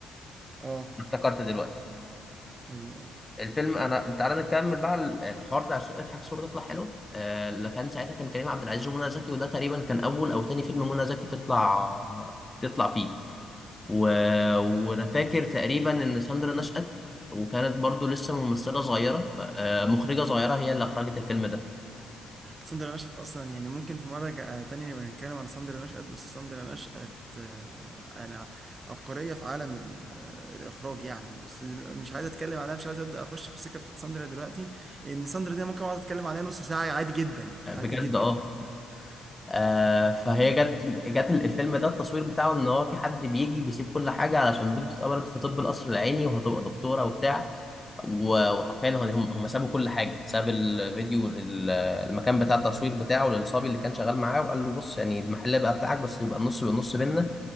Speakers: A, on the right; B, on the left.
A: اه
B: افتكرت دلوقتي
A: أيوه أيوه
B: الفيلم أنا تعالى نكمل بقى ال- الحوار بتاع الصورة- اضحك الصورة تطلع حلوة آه، اللي كان ساعتها كان كريم عبد العزيز ومنى زكي وده تقريبا كان أول أو تاني فيلم منى زكي تطلع تطلع فيه و... وأنا فاكر تقريبا إن ساندرا نشأت وكانت برضو لسه ممثلة صغيرة آه، مخرجة صغيرة هي اللي أخرجت الفيلم ده
A: ساندرا نشأت أصلا يعني ممكن في مرة جا- آه، تانية نبقى نتكلم على ساندرا نشأت بس ساندرا نشأت آه، يعني عبقرية في عالم ال- آه، الإخراج يعني بس مش عايز أتكلم عليها مش عايز أبدأ أخش في السكة بتاعت ساندرا دلوقتي لأن ساندرا دي ممكن أقعد أتكلم عليها نص ساعة عادي جدا يعني
B: بجد
A: عادي جدا
B: اه آه، فهي جت جت الفيلم ده التصوير بتاعه ان هو في حد بيجي بيسيب كل حاجه علشان بنته اتقبلت في طب القصر العيني وهتبقى دكتوره وبتاع و- وحرفيا هم هم سابوا كل حاجه ساب الفيديو ال- المكان بتاع التصوير بتاعه للصبي اللي كان شغال معاه وقال له بص يعني المحل بقى بتاعك بس يبقى النص بالنص بينا